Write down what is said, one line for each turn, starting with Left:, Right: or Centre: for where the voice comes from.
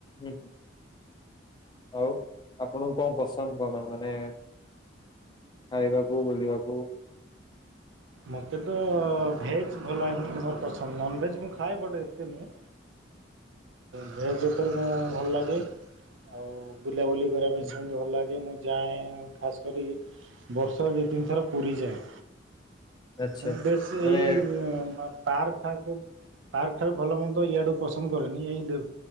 Left: ହୁଁ ଆଉ ଆପଣଙ୍କୁ କଣ ପସନ୍ଦ କଣ ମାନେ ଖାଇବାକୁ ବୁଲିବାକୁ?
Right: ମତେ ତ
Left: ହୁଁ,
Right: ଭେଜ୍ ଭଲା ହିଁ ମୋର ପସନ୍ଦ ନନ୍ଭେଜ୍ ମୁଁ ଖାଏ ବଟ୍ ଏତେ ନୁହେଁ। ଭେଜ୍ ଉପରେ ମୁଁ ଭଲ୍ ଲଗେ ଆଉ ବୁଲାବୁଲି କରିବା
Left: ହୁଁ,
Right: ପାଇଁ ସେମିତି ଭଲ୍ ଲାଗେ ମୁଁ ଯାଏଁ ଖାସ୍ କରି ବର୍ଷରେ ଦୁଇ ତିନିଥର ପୁରୀ ଯାଏ।
Left: ଆଚ୍ଛା
Right: ମୁଁ ବେଶ୍
Left: ମାନେ
Right: ଏଇ ପାର୍କ ପାର୍କ ଫାର୍କ ଭଲ ମନ୍ଦ ଇଆଡୁ ପସନ୍ଦ କରେନି ଏଇ ଦେ